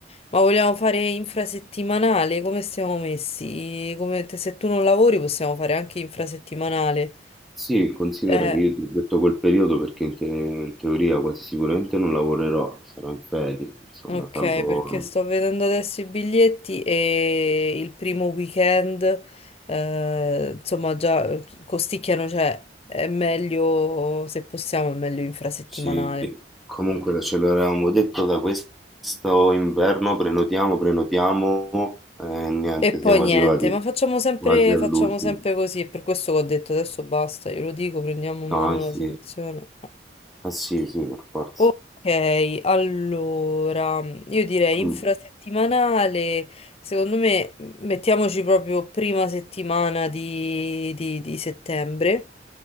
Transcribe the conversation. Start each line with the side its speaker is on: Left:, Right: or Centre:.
Left: Ma vogliamo fare infrasettimanale? Come stiamo messi? Come te- Se tu non lavori possiamo fare anche infrasettimanale.
Centre: Sì, considera
Left: Eh,
Centre: che io ti ho detto quel periodo perché in, te- in teoria quasi sicuramente non lavorerò, sarò in ferie, insomma,
Left: ok,
Centre: salvo
Left: perché sto vedendo adesso i biglietti e il primo weekend, eh, insomma, già eh, costicchiano, cioè è meglio, se possiamo, è meglio infrasettimanale.
Centre: Sì, comunque ce l'avevamo detto da questo inverno, prenotiamo, prenotiamo e niente,
Left: E poi
Centre: siamo
Left: niente,
Centre: arrivati
Left: ma facciamo sempre,
Centre: quasi all'ultimo.
Left: facciamo sempre così, e per questo che ho detto adesso basta, glielo dico, prendiamo in
Centre: No,
Left: mano
Centre: eh sì,
Left: la situazione.
Centre: eh sì, sì, per forza.
Left: Ok, allora, io direi
Centre: Quindi,
Left: infrasettimanale, secondo me mettiamoci proprio prima settimana di, di- di settembre,